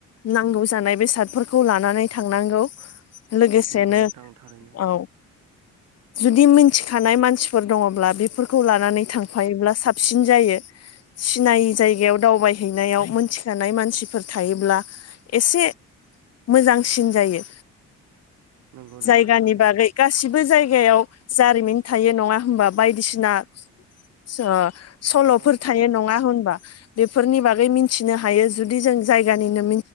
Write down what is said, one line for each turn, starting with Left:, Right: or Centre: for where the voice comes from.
Left: नांगौ जानाय बेसादफोरखौ लानानै थांनां गौ लोगोसेनो
Right: नंगौ नोंथां थारैनो
Left: औ जुदि मिन थिखानाय मानसिफोर दङब्ला बेफोरखौ लानानै थांफायोब्ला साबसिन जायो। सिनायै जायगायाव दावबायहैनायाव मोनथिखानाय मानसिफोर थायोब्ला एसे मोजांसिन जायो
Right: नंगौ नोंथां
Left: जायगानि
Right: थारैनो
Left: बागै गासिबो जायग गायाव जारिमिन थायो नङा होमबा बायदिसिना सो सल'फोर
Right: औ नंगौ
Left: थायो
Right: नोंथां
Left: नङा होनबा बे फोरनि बागै मोनथिनो हायो जुदि जों जायगानिनो